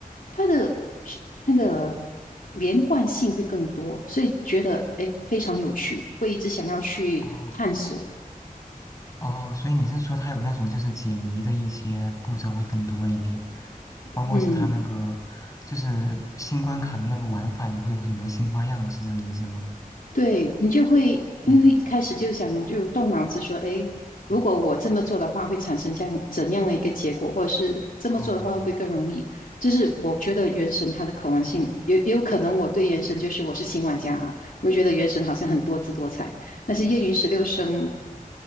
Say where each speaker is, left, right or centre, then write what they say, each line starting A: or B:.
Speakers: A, on the left; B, on the left.
A: 它的去那个连贯性会更多，所以觉得诶非常有趣，会一直想要去探索。
B: 哦，哦，所以你是说它有那种就是解谜的一些步骤会更多一点，包括是它那个就是新关卡的那个玩法也会有很多新花样，
A: 嗯。
B: 是这个意思吗？
A: 对，你就会因为一开始就想就动脑子说，
B: 嗯
A: 诶，如果我这么做的话，
B: 嗯
A: 会产生这样怎样的一个结果，或者是这么做的话会不会更容易？
B: 哦哦
A: 就是我觉得原神它的可玩性，也也有可能我对原神就是我是新玩家啊，我就觉得原神好像很多姿多彩，但是夜云十六声